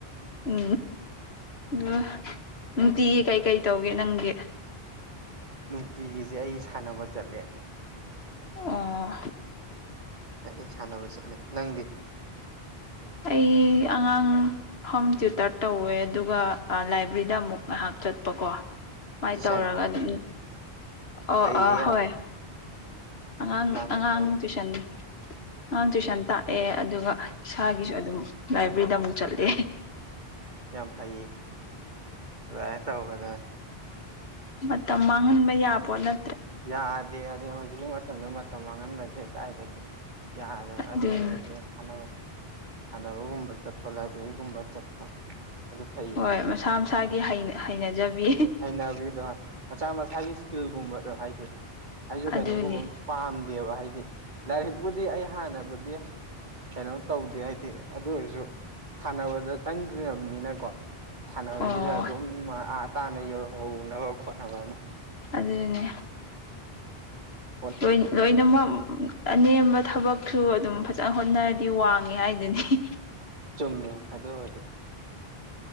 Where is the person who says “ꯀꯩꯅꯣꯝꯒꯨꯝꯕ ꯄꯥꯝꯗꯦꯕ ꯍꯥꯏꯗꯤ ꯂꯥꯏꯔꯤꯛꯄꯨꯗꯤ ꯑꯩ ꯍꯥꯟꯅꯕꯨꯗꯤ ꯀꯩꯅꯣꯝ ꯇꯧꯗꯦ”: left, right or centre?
Right